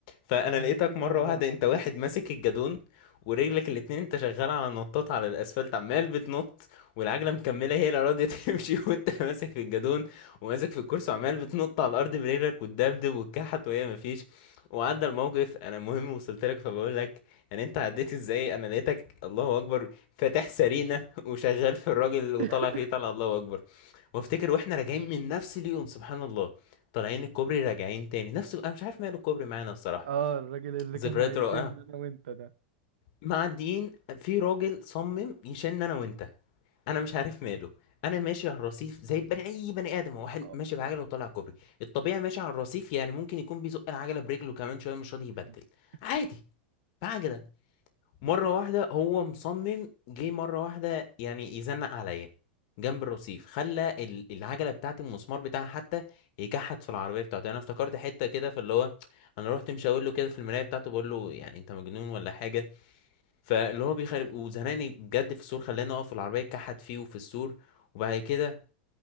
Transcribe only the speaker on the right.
آه، يا
ستر
ربنا
حرفيا
<laughs>
اه الراجل اللي
كان عايشين
انا وانت ده
اه.
<clears throat>